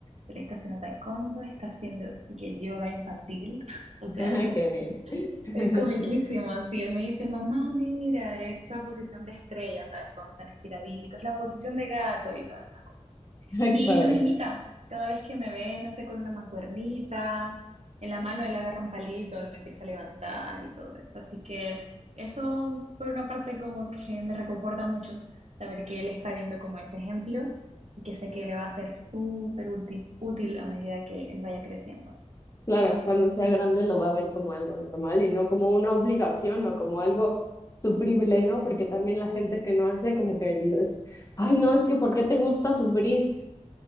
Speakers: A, on the right; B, on the left.
A: Él está haciendo taekwondo, está haciendo y que yoga infantil, <laughs> o
B: <laughs>
A: sea,
B: Ajá,
A: ríete.
B: Qué bien. <laughs>
A: Es comiquísimo,
B: Sí.
A: sí. Él me dice, mamá, mira, esta posición de estrella, ¿sabes? Cuando están estiraditos, la posición de gato y todas esas cosas.
B: Ay,
A: Y
B: qué padre.
A: nos imita. Cada vez que me ve, no sé, con una mancuernita, en la mano él agarra un palito, lo empieza a levantar y todo eso. Así que eso, por una parte, como que me reconforta mucho saber que él está viendo como ese ejemplo y que sé que le va a ser súper útil, útil a medida que él vaya creciendo.
B: Claro, cuando sea grande lo va a ver como algo normal y no como una obligación o como algo sufrible, ¿no? Porque también la gente que no hace como que lo es, ay, no, es que ¿por qué te gusta sufrir?